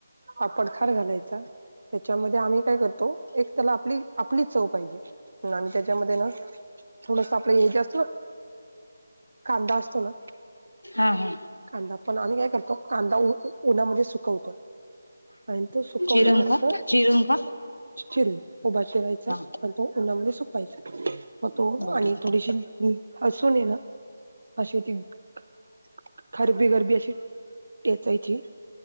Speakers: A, on the right; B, on the left.
A: पापड खार घालायचा. त्याच्यामध्ये आम्ही काय करतो एक त्याला आपली आपली चव पाहिजे. म्हणून आम्ही त्याच्यामध्ये ना थोडस आपलं हेजे असत ना कांदा असतो ना
B: हा हा.
A: कांदा पण आम्ही काय करतो कांदा उ उ उन्हामध्ये सुकवतो. आणि तो सुकवल्यानंतर
B: चिरून का चिरून का
A: चिरून, उभा चिरायचा
B: हा
A: अन तो उन्हामध्ये सुकवायचा. मग तो
B: बरोबर
A: आणि थोडीशी हि हसून ये ना, अशी ती ख खरबी गरबी अशी टेचायची.